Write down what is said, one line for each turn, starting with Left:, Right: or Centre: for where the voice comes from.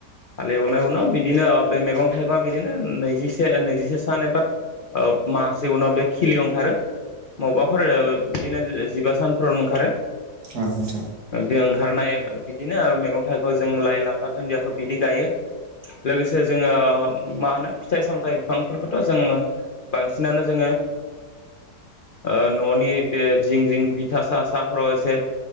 Left: हाल एवनाय उनाव बिदिनो ओ बे मैगं थाइगङा बिदिनो नैजिसे नैजिसे सान एबा ओ मासे उनाव बे खिलियाव ओंखारो मावबाफोर ओ बिदिनो जिबा सानफोरावनो ओंखारो
Right: औ नोंथां
Left: बे ओंखारनाय बिदिनो आरो मैगं थाइगं जों लाइ लाफा दुन्दियाखौ बिदि गायो लोगोसे जोङो मा होनो फिथाइ सामथाइ बिफांफोरखौथ' जोङो बांसिनानो जोङो
Right: <inaudible>
Left: ओ न'नि बे जिं जिं बिथा सा साफोराव एसे